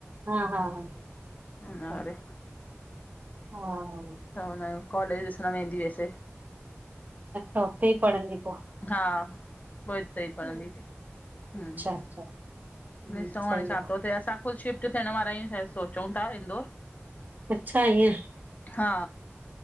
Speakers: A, on the right (about 35°); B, on the left (about 35°).
A: हा हा हा
B: हाणे।
A: अच्छा हा।
B: हुननि जो कॉलेज़ ॾिसण वेंदी वैसे।
A: अच्छा, हुते ई पढंदी पोइ?
B: हा, पोइ हुते ई पढंदी। हम्म।
A: अच्छा अच्छा हम्म
B: ॾिसूं
A: सही
B: हाणे छा
A: आ,
B: थो थिए असां ख़ुदि शिफ्ट थियण वारा आहियूं सोचूं था इंदौर।
A: अच्छा ईअं
B: हा,